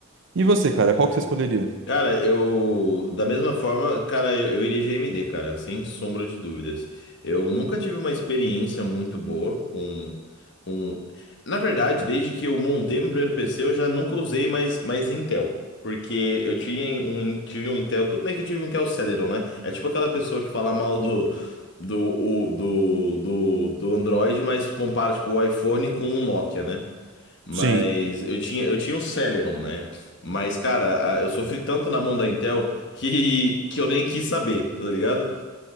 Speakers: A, on the right (about 65°); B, on the left (about 60°).
A: E você, cara, qual que você escolheria?
B: Cara, eu. Da mesma forma, cara, eu, eu iria GMD, cara, sem sombra de dúvidas. Eu nunca tive uma experiência muito boa com, com... Na verdade, desde que eu montei meu primeiro PC, eu já nunca usei mais, mais Intel. Porque eu tinha um, tive um Intel. Tudo bem que eu tive um Intel Celeron, né? É tipo aquela pessoa que fala mal do. Do, o- do, do, do Android, mas compara tipo, o iPhone com o Nokia, né? Mas
A: Sim.
B: eu tinha, eu tinha um Celeron, né? Mas, cara, a- eu sofri tanto na mão da Intel que, que eu nem quis saber, tá ligado?